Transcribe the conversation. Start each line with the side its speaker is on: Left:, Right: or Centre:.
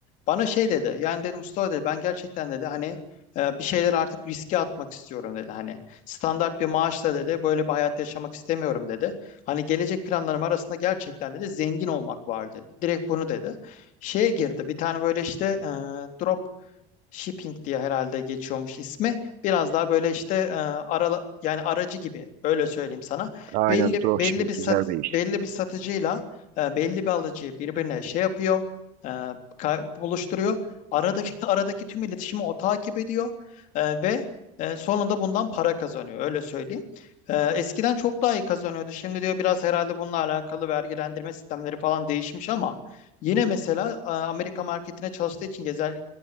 Left: Bana şey dedi. Yani dedim Mustafa dedi ben gerçekten dedi hani e, bir şeyler artık riske atmak istiyorum dedi. Hani standart bir maaşla dedi böyle bir hayat yaşamak istemiyorum dedi. Hani gelecek planlarım arasında gerçekten dedi zengin olmak var dedi. Direkt bunu dedi şeye girdi. Bir tane böyle işte e, drop Shipping diye herhalde geçiyormuş ismi. Biraz daha böyle işte e, arala, yani aracı gibi öyle söyleyeyim sana.
Right: Aynen
Left: Belli
Right: dropshipping
Left: belli bir sat
Right: güzel bir iş.
Left: belli bir satıcıyla e, belli bir alıcıyı birbirine şey yapıyor, e, ka- buluşturuyor. Aradaki <laughs> aradaki tüm iletişimi o takip ediyor e, ve e, sonunda bundan para kazanıyor öyle söyleyeyim. E, eskiden çok daha iyi kazanıyordu. Şimdi diyor biraz herhalde bununla alakalı vergilendirme sistemleri falan değişmiş ama yine mesela e, Amerika marketine çalıştığı için gezer,